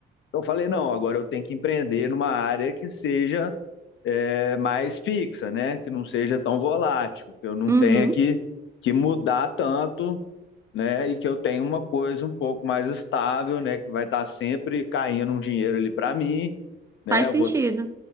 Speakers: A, on the left; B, on the right.
A: Então, eu falei, não, agora eu tenho que empreender numa área que seja é, mais fixa, né? Que não seja tão volátil, que eu não
B: Uhum.
A: tenha que, que mudar tanto, né? E que eu tenha uma coisa um pouco mais estável, né? Que vai estar sempre caindo um dinheiro ali para mim, né?
B: Faz
A: Eu
B: sentido.
A: vou